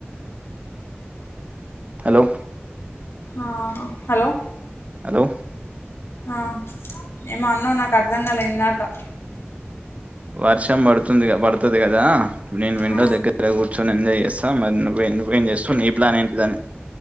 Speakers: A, on the right; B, on the left.
A: హలో
B: ఆ హలో
A: హలో
B: ఆ ఏమో అన్నవు నాకు అర్ధం కాలే ఇందాక
A: వర్షం పడుతుంది పడుతది కదా నేను విండో
B: ఆ
A: దగ్గర కూర్చొని ఎంజాయ్ చేస్ సా మరి నువ్వు నువ్వేం చేస్తావు నీ ప్లాన్ ఏంటిదని